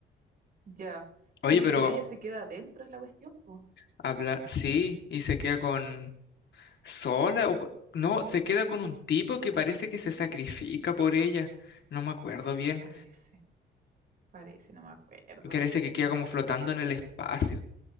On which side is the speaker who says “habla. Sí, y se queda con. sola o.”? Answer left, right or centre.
Left